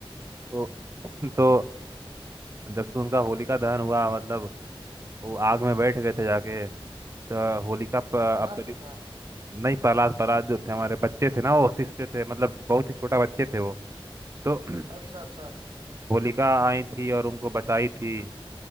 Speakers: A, on the right (about 30°); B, on the right (about 55°).
A: तो
B: हाँ
A: तो जब से उनका होलिका दहन हुआ मतलब वो आग में बैठ गए थे जाके तो होलिका प- अब
B: प्रहलाद
A: तभी
B: चाचा
A: नहीं प्रहलाद प्रहलाद जो थे हमारे बच्चे थे ना वो शिशते थे मतलब बहुत ही छोटा बच्चे थे वो तो <clears throat>
B: अच्छा अच्छा
A: होलिका आई थी और उनको बचाई थी